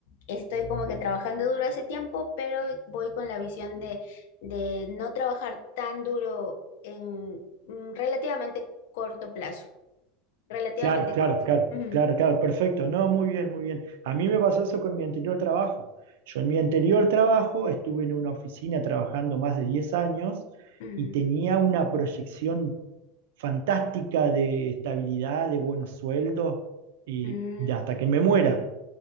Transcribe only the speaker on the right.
Claro, claro,
claro,
claro, claro, perfecto. No, muy bien, muy bien. A mí me pasó eso con mi anterior trabajo. Yo en mi anterior trabajo estuve en una oficina trabajando más de 10 años
y tenía una proyección fantástica de estabilidad, de buenos sueldos y
de hasta que me muera